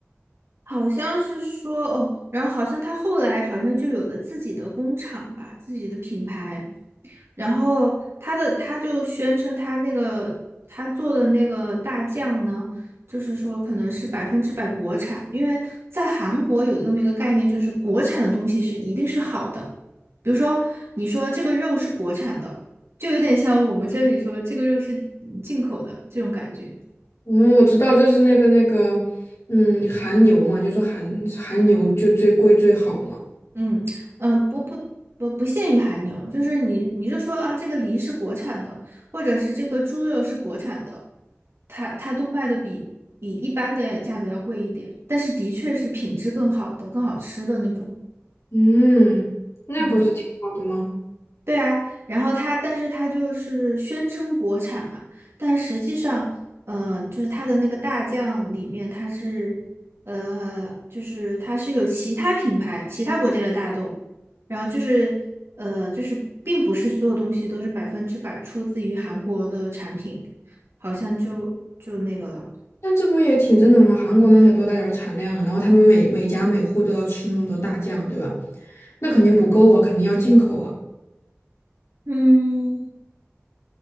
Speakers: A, on the right; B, on the left.
A: 好像是说哦，然后好像他后来好像就有了自己的工厂吧，自己的品牌，然后他的他就宣称他那个他做的那个大酱呢，就是说可能是百分之百国产，因为在韩国有这么一个概念，就是国产的东西是一定是好的。比如说你说这个肉是国产的，就有点像我们这里说这个肉是进口的这种感觉。
B: 嗯，我知道，就是那个那个，嗯，韩牛嘛，就说韩韩牛就最贵最好嘛。
A: 嗯嗯，不不不不限于韩牛，就是你你就说啊，这个梨是国产的，或者是这个猪肉是国产的，它它都卖的比比一般的价格要贵一点，但是的确是品质更好的、更好吃的那种。
B: 嗯，那不是挺好的吗？
A: 嗯。对啊，然后它，但是它就是宣称国产嘛，但实际上，呃，就是它的那个大酱里面，它是，呃，就是它是有其他品牌、其他国家的大豆，然后就是，呃，就是并不是所有东西都是百分之百出自于韩国的产品，好像就就那个了，
B: 但这不也挺正常吗？韩国那才多大点儿产量啊，然后他们每每家每户都要吃那么多大酱，对吧？那肯定不够啊，肯定要进口啊。
A: 嗯。